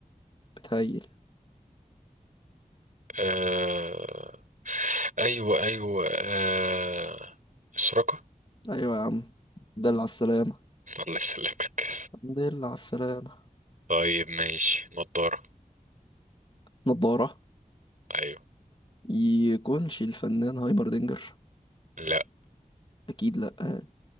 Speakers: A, on the left; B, on the right.
A: بتهيل
B: آه ايوه ايوه آه سراقة
A: أيوة يا عم دل على السلامة
B: الله يسلمك
A: دل على السلامة
B: طيب ماشي نضارة
A: نضارة
B: أيوه
A: يكونش الفنان هايمردينجر
B: لا
A: أكيد لأ يعني